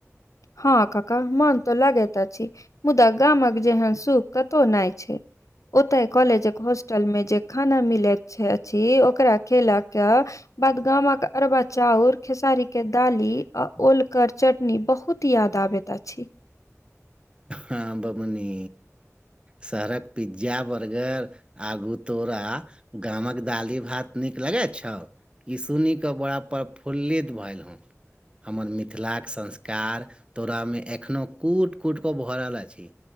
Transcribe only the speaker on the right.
हँ बबूनी शहरक पिज्जा बर्गर आगू तोरा गामक दाली भात नीक लगै छौ ई सुनी कऽ बड़ा प्रफुल्लित भेलाय हॅ हमर मिथिलाक संस्कार तोरामे एखनोहु कूट कूट क भऽ रहल अछि